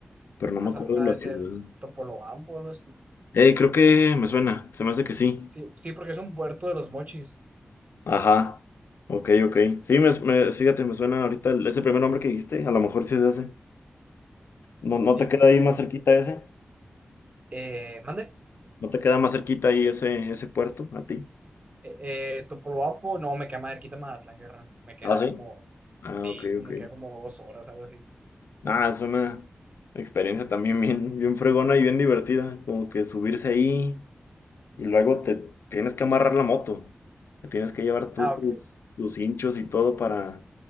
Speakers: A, on the left (about 80°); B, on the right (about 35°).
A: pero no me
B: Ajá,
A: acuerdo
B: ha
A: la
B: de
A: ciudad.
B: ser Topolobampo, algo así.
A: Eh, creo que me suena, se me hace que sí.
B: Sí, sí, porque es un puerto de los mochis.
A: Ajá, ok, ok. Sí, me, me- fíjate, me suena ahorita el- ese primer nombre que dijiste, a lo mejor sí es ese. ¿No, no
B: Sí,
A: te queda
B: sí.
A: ahí más
B: sí.
A: cerquita ese?
B: Eh, ¿mande?
A: ¿No te queda más cerquita ahí ese, ese puerto a ti?
B: Eh, eh, Topolobampo, no, me queda más cerquita Mazatlán, guerra. Me queda
A: Ah, sí.
B: como
A: Ah,
B: cinco,
A: ok, ok.
B: me queda como dos horas, algo así.
A: Ah, es una experiencia también bien, bien fregona y bien divertida, como que subirse ahí. y luego te tienes que amarrar la moto. Te tienes que llevar tú
B: Ah,
A: tus,
B: ok.
A: tus hinchos y todo para,